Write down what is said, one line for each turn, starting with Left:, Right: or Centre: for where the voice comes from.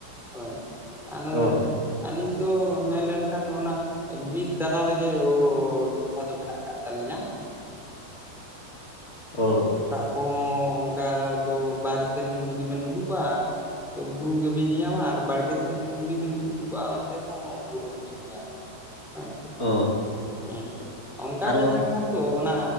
Centre: ᱦᱳᱭ ᱟᱫᱚ
Left: ᱚ
Centre: ᱟᱹᱞᱤᱧ ᱫᱚ ᱢᱮᱱᱞᱱᱠᱷᱟᱱ ᱫᱚ ᱚᱱᱟ ᱵᱤᱨ ᱛᱟᱨᱟ ᱨᱮᱜᱮ ᱚ ᱴᱚᱴᱷᱟ ᱫᱚ ᱢᱮᱱᱟᱜ ᱟᱠᱟᱫ ᱛᱟᱞᱤᱧᱟ᱾
Left: ᱚ ᱚ
Centre: ᱠᱚᱦᱚᱸ ᱚᱱᱠᱟ ᱫᱚ ᱵᱟᱨᱮ ᱥᱮᱱ ᱡᱩᱫᱤ ᱵᱤᱱ ᱩᱰᱩᱠᱚᱜ-ᱟ ᱛᱚ ᱵᱩᱨᱩ ᱜᱮᱵᱤᱱ ᱧᱤᱧᱟᱢᱟ ᱟᱨ ᱵᱟᱲᱜᱮ ᱥᱮᱱ ᱡᱩᱫᱤᱵᱤᱱ ᱩᱰᱩ ᱠᱚᱜ-ᱟ ᱚᱱᱛᱮ ᱦᱚᱸ ᱵᱩᱨᱩ ᱜᱮᱵᱤᱱ ᱧᱮᱧᱟᱢᱳᱜ ᱟᱪᱪᱷᱟ
Left: ᱚ
Centre: ᱦᱩᱸ ᱚᱱᱠᱟ
Left: ᱟᱨ
Centre: ᱢᱮᱱ
Left: ᱜᱚᱝ
Centre: ᱞᱮᱠᱷᱟᱱ ᱫᱚ ᱚᱱᱟ